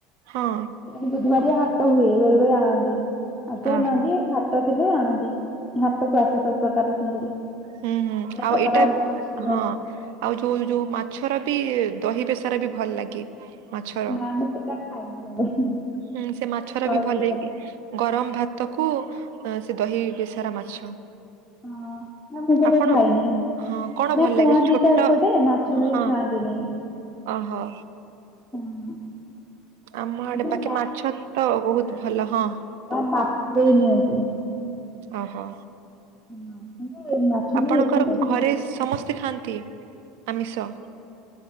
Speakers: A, on the right; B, in the centre.
A: ହଁ।
B: ଇଆଡ଼େ ବୁଧବାରିଆ ହାଟ ହୁଏ ବେଳେ ବେଳେ ଆଣନ୍ତି। ଆଜି
A: ଓହୋ
B: ଆଣି ନାହାନ୍ତି ହା ଟ ଥିଲେ ଆଣନ୍ତି। ହାଟକୁ ଆସେ ସବୁ ପ୍ରକାର ଚିଙ୍ଗୁଡି।
A: ହୁଁ ହୁଁ
B: ସବୁ
A: ଆଉ
B: ପ୍ରକାର
A: ଏଟା ବେ
B: ମାଛ ସବୁ
A: ହଁ।
B: ଆସେ
A: ଆଉ ଯୋଉ ଯୋଉ ମାଛର ବି ଦହି ବେଶର ବି ଭଲ ଲାଗେ। ମାଛରଁ।
B: ନା ମୁଁ ସେଟା ଖାଇନି କେବେ
A: ହୁଁ ସେ ମାଛର
B: ଦହି
A: ବି ଭଲେଇକି।
B: ବେସର।
A: ଗରମ ଭାତ କୁ ଆଁ ସେ ଦହି ବେସାରା ମାଛ।
B: ହଁ ନା ମୁଁ କେବେ
A: ଆପଣ
B: ଖାଇନେଇ।
A: ହଁ କଣ ଭଲ
B: ନା
A: ଲାଗେ
B: କୁହନ୍ତି
A: ଛୋଟ
B: ତ ଏପଟେ ମାଛ ଧହି
A: ହଁ
B: ଖାଆନ୍ତିନି।
A: ଓହୋ
B: ହଁ
A: ଆମ ଆଡେ
B: କିନ୍ତୁ
A: ବାକି ମାଛ ତ ବହୁତ ଭଲ ହଁ।
B: ତା ମାଛ ଦେଇ ନିଅନ୍ତି।
A: ଓହୋ।
B: କିନ୍ତୁ ମାଛ
A: ଆପଣଙ୍କର
B: ଦେଇ ଏକାଠି ଖାଆନ୍ତିନି।
A: ଘରେ ସମସ୍ତେ ଖାଆନ୍ତି ଆମିଷ? <inaudible>